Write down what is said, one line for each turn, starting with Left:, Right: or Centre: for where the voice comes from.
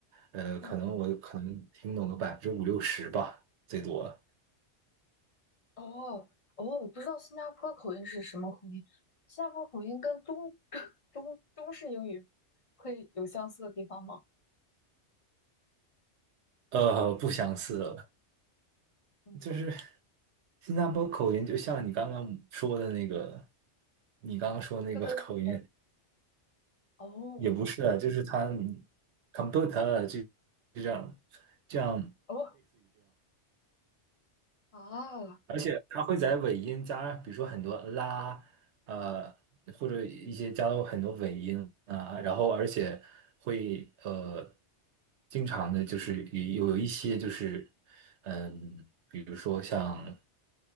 Right: 呃可能我可能听懂个百分之五六十吧，
Left: 嗯。
Right: 最多。
Left: 哦哦，我不知道新加坡口音是什么口音。新加坡口音跟中 <laughs> 中中式英语会有相似的地方吗？
Right: 呃，不相似，
Left: 嗯，
Right: 就是新加坡口音，就像你刚刚说的那个，你刚刚说的那个口音，
Left: 特特哦
Right: 也不是啊，就是他 computer 啊就就这样这样，
Left: 哦啊，
Right: 而且他会在尾音加，比如说很多啦，呃，或者一些加入很多尾音啊，然后而且会呃，经常的就是也有有一些就是，嗯，比如说像。